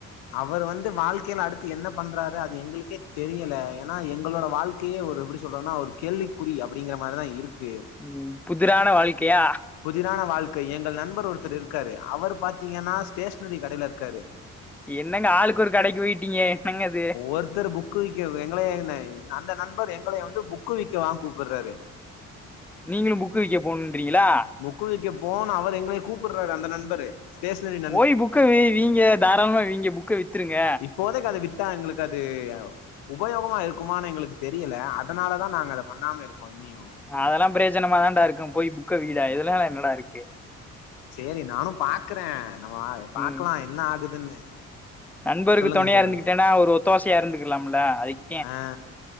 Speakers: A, on the left; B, in the centre.
A: அவர் வந்து வாழ்க்கைல அடுத்து என்ன பண்றாரு அது எங்களுக்கே தெரியல ஏன்னா எங்களோட வாழ்க் த்தி அவர் எப்டி சொல்றோம்னா ஒரு கேள்விக்குறி அப்டிங்கற மாரிதா இருக்கு
B: ம் புதிரான வாழ்க்கையா
A: புதிரான வாழ்க்கை எங்கள் நண்பர் ஒருத்தரு இருக்காரு அவரு பாத்திங்கனா ஸ்டேஷனரி கடைல இர்க்காரு
B: என்னங்க ஆளுக்கு ஒரு கடைக்கு போயிட்டீங்க என்னங்க அது
A: ஒருத்தரு புக் புக்கு விக்க எங்கள அந்த நண்பர் எங்கள வந்து புக்கு விக்க வா கூப்புர்ராரு
B: நீங்களு புக் விக்க போனுன்றீங்களா
A: புக்கு விக்க போனோ அவர் எங்களையே கூப்புட்ராரு அந்த நண்பரு ஸ்டேஷ்னரி
B: போய் புக்க வீங்க தாராளமா வீங்க புக்க வித்துருங்க
A: போதைக்கு அத வித்தா எங்களுக்கு அது உபயோகமா இருக்குமானு எங்களுக்கு தெரியல அதனாலதா நாங்க அத பண்ணாம இருக்கோ இனியு
B: அதெல்லா பிரயோஜனமா தான்டா இருக்கு போய் புக்க விய்டா இதெல்லா என்னடா இருக்கு
A: சேரி நானு பாக்கறே நம்ம பாக்கலா
B: ம்
A: என்ன ஆகுதுன்னு
B: நண்பருக்கு
A: சொல்லுங்க
B: தொணைய
A: சொல்லுங்க
B: இருந்துக்கிட்டேனா ஒரு ஒத்தாசையா இருந்துக்கலாம்ல அதிக்
A: ஆ